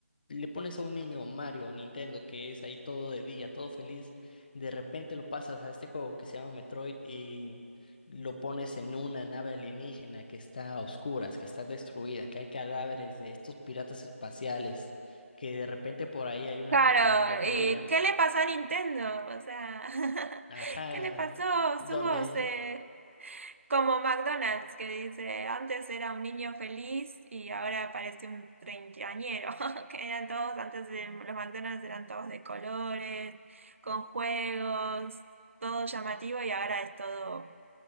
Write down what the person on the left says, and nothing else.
le pones a un niño Mario, Nintendo, que es ahí todo de día, todo feliz de repente lo pasas a este juego que se llama Metroid y lo pones en una nave alienígena que está a oscuras, que está destruida, que hay cadáveres de estos piratas espaciales, que de repente por ahí hay una
que otra criaturilla,
ajá,
donde